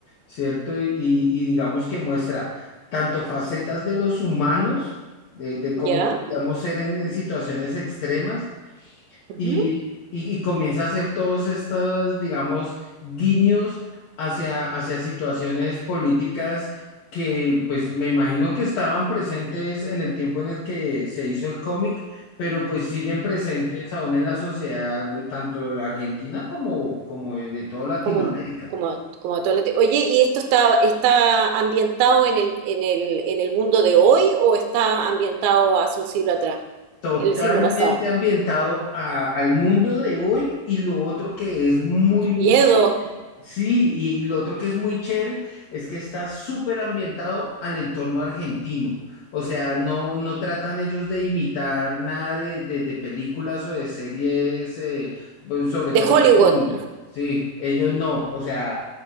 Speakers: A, on the left; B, on the right.
A: ¿cierto? Y, y- y digamos que muestra tanto facetas de los humanos, de, de cómo
B: ¿Ya?
A: podríamos ser en en situaciones extremas,
B: Ujú.
A: y, y- y comienza a hacer todos estos, digamos, guiños hacia, hacia situaciones políticas que, pues, me imagino que estaban presentes en el tiempo en el que se hizo el cómic, pero pues siguen presentes aún en la sociedad, eh, tanto argentina como, como de toda Latinoamérica.
B: común, como, como todo lo te- Oye, ¿y esto está, está ambientado en el, en el, en el mundo de hoy o está ambientado hace un siglo atrás,
A: Totalmente
B: en el siglo pasado?
A: ambientado a- al mundo de hoy y lo otro que es muy,
B: ¡Qué
A: muy
B: miedo!
A: Sí, y lo otro que es muy chévere es que está súper ambientado al entorno argentino. O sea, no, no tratan ellos de imitar nada de, de- de películas o de series, eh, pues, sobre
B: De
A: todo
B: Hollywood.
A: de Hollywood. Sí, ellos no. O sea,